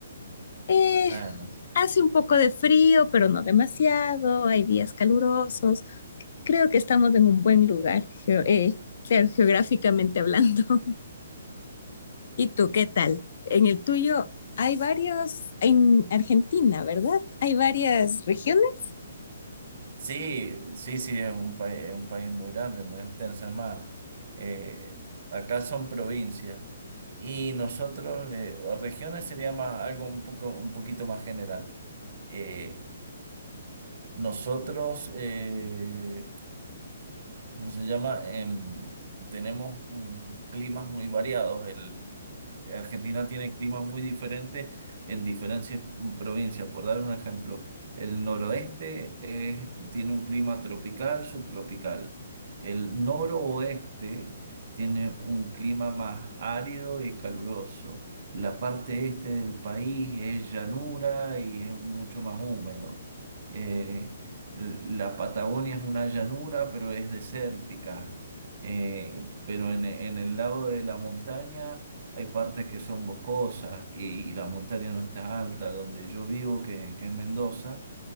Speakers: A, on the left; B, on the right.
A: eh,
B: Ah, no.
A: hace un poco de frío, pero no demasiado, hay días calurosos. Creo que estamos en un buen lugar, geo- eh, claro, geográficamente hablando. <laughs> ¿Y tú qué tal? En el tuyo hay varios, en Argentina, ¿verdad? Hay varias regiones.
B: Sí, sí, sí, es un país, es un país muy grande, muy extenso. Es más, eh, acá son provincias y nosotros, le- o regiones sería más algo un poco, un poquito más general. Eh, nosotros, eh, ¿cómo se llama? Em, tenemos mm, climas muy variados. El, Argentina tiene climas muy diferentes en diferentes provincias. Por dar un ejemplo, el noroeste es- tiene un clima tropical, subtropical. El noroeste tiene un clima más árido y caluroso. La parte este del país es llanura y es mucho más húmedo. Eh, la Patagonia es una llanura, pero es desértica. Eh, pero en, en el lado de la montaña hay partes que son boscosas y, y la montaña no está alta. Donde yo vivo, que, que es Mendoza,